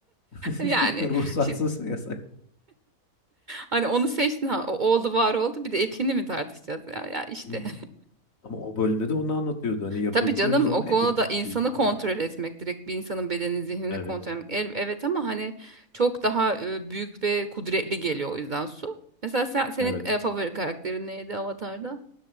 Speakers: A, on the left (about 65°); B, on the right (about 40°).
A: <laughs>
B: Yani
A: Ruhsatsız
B: şimdi
A: yasak.
B: hani onu seçtin ha o oldu var oldu bir de etiğini mi tartışacağız ya, ya işte.
A: Hmm. Ama o bölümde de onu anlatıyordu. Hani yapabiliyoruz
B: Tabii canım
A: ama
B: o konuda
A: etik
B: insanı
A: değil.
B: kontrol
A: diye.
B: etmek direkt bir insanın bedenini zihnini
A: Evet.
B: kontrol etmek El- evet ama hani çok daha e, büyük ve kudretli geliyor o yüzden su. Mesela sen, senin
A: Evet.
B: e, favori karakterin neydi Avatar'da?